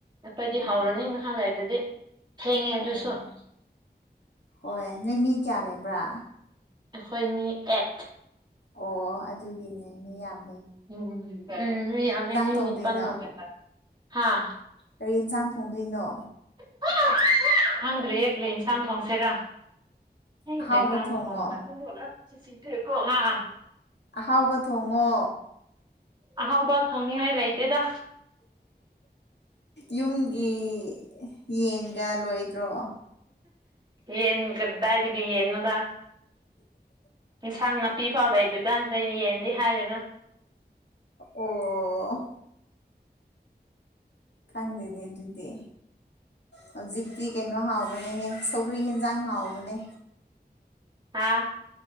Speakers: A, on the right; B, on the left.
A: ꯑꯩꯈꯣꯏꯗꯤ
B: ꯎꯝ
A: ꯍꯧꯔꯅꯤ ꯉꯍꯥꯛ ꯂꯩꯔꯗꯤ ꯊꯦꯡꯉꯦ ꯑꯗꯨꯁꯨ
B: ꯑꯣ ꯍꯣꯏ ꯅꯣꯏ ꯃꯤ ꯀꯌꯥ ꯂꯩꯕ꯭ꯔꯥ
A: ꯑꯩꯈꯣꯏ ꯃꯤ ꯑꯦꯠ
B: ꯑꯣ ꯑꯗꯨꯒꯤꯅꯦ ꯃꯤ ꯌꯥꯝ
A: ꯎꯝ ꯃꯤ ꯌꯥꯝꯃ‌ꯦ ꯃꯤ
B: ꯊꯣꯡꯗꯣꯏꯅꯣ
A: ꯅꯤꯄꯟ <unintelligible> ꯍꯥꯥ
B: ꯀꯩ ꯌꯦꯟꯁꯥꯡ ꯊꯣꯡꯗꯣꯏꯅꯣ
A: <unintelligible> ꯈꯪꯗ꯭ꯔꯤꯌ‌ꯦ ꯀ꯭ꯔꯤ ꯌꯦꯟꯁꯥꯡ ꯊꯣꯡꯁꯦꯔꯥ <unintelligible>
B: ꯑꯍꯥꯎꯕ ꯊꯣꯡꯉꯣ ꯑꯍꯥꯎꯕ ꯊꯣꯡꯉꯣ
A: ꯑꯍꯥꯎꯕ ꯊ‌ꯣꯡꯅꯤ ꯉꯥꯏ ꯂꯩꯇꯦꯗ
B: ꯌꯨꯝꯒꯤ ꯌꯦꯟꯒ ꯂꯣꯏꯗ꯭ꯔꯣ
A: ꯌꯦꯟ ꯀꯗꯥꯏꯗꯒꯤ ꯌꯦꯟꯅ‌ꯣꯗꯥ ꯑꯦꯟꯁꯥꯡ ꯅꯥꯄꯤ ꯐꯥꯎ ꯂꯩꯗꯔꯤꯀꯥꯟꯁꯤꯗ ꯌꯦꯟꯗꯤ ꯍꯥꯏꯔꯨꯅꯨ <unintelligible>
B: ꯑꯣ ꯈꯪꯗꯦꯅꯤ ꯑꯗꯨꯗꯤ ꯍꯧꯖꯤꯛꯇꯤ ꯀꯩꯅꯣ ꯍꯥꯎꯕꯅꯦ ꯁꯧꯒ꯭ꯔꯤ ꯌꯦꯟꯖꯥꯡ ꯍꯥꯎꯕꯅꯦ
A: ꯍꯥꯥ